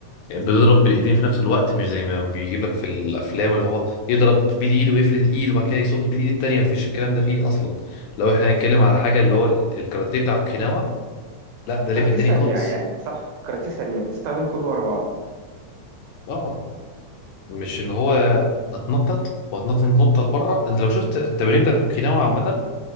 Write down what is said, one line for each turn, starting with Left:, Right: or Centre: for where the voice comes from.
Left: بيضرب بالايدين في نفس الوقت مش زي ما بيجيب لك في الافلام اللي هو يضرب بالايد ويفرد الايد وبعد كده يصد بالايد التانيه مفيش الكلام ده فيه اصلا لو احنا
Right: اه
Left: هنتكلم على حاجه اللي هو الكاراتيه بتاع اوكيناوا لا ده ليفل
Right: كاراتيه
Left: تاني
Right: سريع
Left: خالص
Right: يعني صح كاراتيه سريع بتستخدم كله ورا بعضه
Left: اه مش اللي هو هتنطط وهتنطط نطه لبره انت لو شفت التمارين بتاعت اوكيناوا عامه